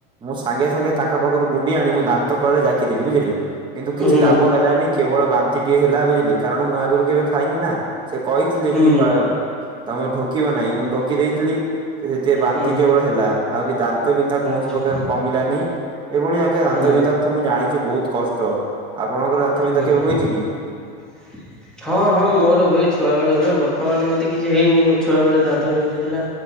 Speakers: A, on the right; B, in the centre.
A: ମୁଁ ସାଙ୍ଗେ ସାଙ୍ଗେ ତାଙ୍କ ପାଖରୁ ଗୁଣ୍ଡି ଆଣି ମୁଁ ଦାନ୍ତ କଳେ ଜାକି ଦେଲି ବୁଝିଲେ। କିନ୍ତୁ କିଛି
B: ହୁଁ
A: ଲାଭ ହେଲାନି କେବଳ ବାନ୍ତି ଟିକେ ହେଲା ବୁଝିଲେ କାରଣ ମୁଁ ଆଗରୁ କେବେ ଖାଇନି ନା। ସେ କହିଥିଲେ
B: ହୁଁ
A: କି ବା ତମେ ଢୋକିବ ନାହିଁ ମୁଁ ଢୋକି ଦେଇଥିଲି। ସେଥି ବାନ୍ତି
B: ହୁଁ
A: କେବଳ ହେଲା ଆଉ ବି ଦାନ୍ତ ବିନ୍ଧା
B: ହଉଛ
A: କୌଣସି ପ୍ରକାର କମିଲାନି। ଏଭଳି ଆଜ୍ଞା ଦାନ୍ତବିନ୍ଧା
B: ହୁଁ
A: ତ ମୁଁ ଜାଣିଛି ବହୁତ କଷ୍ଟ ଆପଣଙ୍କର ଦାନ୍ତବିନ୍ଧା
B: ହୁଁ।
A: କେବେ ହୋଇଛି କି।
B: <unintelligible> ହଁ ହଁ ମୋର ହୁଏ ଛୁଆବେଳେ ହୁଏ ବର୍ତ୍ତମାନ ଏମିତି କିଛି ହେଇନି ମୋ ଛୁଆବେଳେ ଦାନ୍ତ ବିିନ୍ଧୁଥିଲା।